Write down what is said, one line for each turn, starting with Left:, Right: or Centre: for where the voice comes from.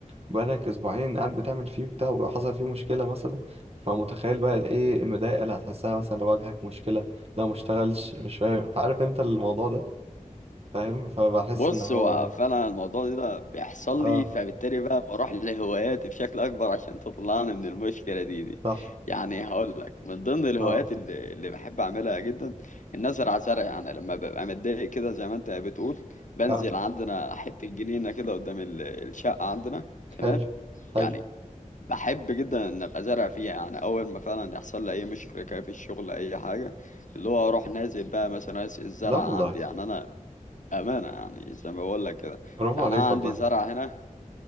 Right: وبقالك اسبوعين قاعد بتعمل فيه بتاع وحصل فيه مشكلة مثلا فمتخيل بقى الايه المضايقة اللي هتحسها مثلا لو واجهك مشكلة لو ما اشتغلش مش فاهم فعارف انت الموضوع ده فاهم فبحس
Left: بص
Right: ان هو
Left: هو فعلا الموضوع ده ده بيحصل
Right: اه
Left: لي فبالتالي بقى بروح لهواياتي بشكل اكبر عشان تطلعني من المشكله دي دي
Right: صح
Left: يعني هقول لك من ضمن الهوايات
Right: اه
Left: اللي, اللي بحب اعملها جدا ان ازرع زرع يعني لما ببقى متضايق كده زي ما انت بتقول بنزل
Right: اه
Left: عندنا حته جنينه كده قدام ال- الشقه عندنا تمام
Right: حلو حلو
Left: يعني بحب جدا ان ابقى زارع فيها يعني اول ما فعلا يحصل لي اي مشكله كده في الشغل اي حاجه اللي هو اروح نازل بقى مثلا الزرع
Right: لا والله
Left: عندي يعني انا أمانة يعني زي ما بقول لك كده
Right: برافو
Left: يعني
Right: عليك
Left: أنا
Right: والله
Left: عندي زرع هنا